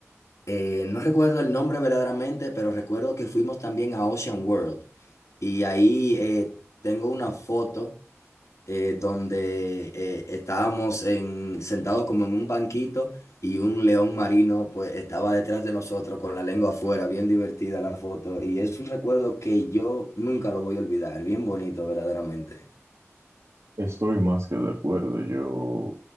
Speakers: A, on the left; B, on the right.
A: eh, no recuerdo el nombre verdaderamente, pero recuerdo que fuimos también a Ocean World y ahí eh, tengo una foto eh, donde eh, estábamos en- sentados como en un banquito y un león marino pues estaba detrás de nosotros con la lengua afuera, bien divertida la foto y es un recuerdo que yo nunca lo voy a olvidar, bien bonito verdaderamente.
B: Estoy más que de acuerdo. Yo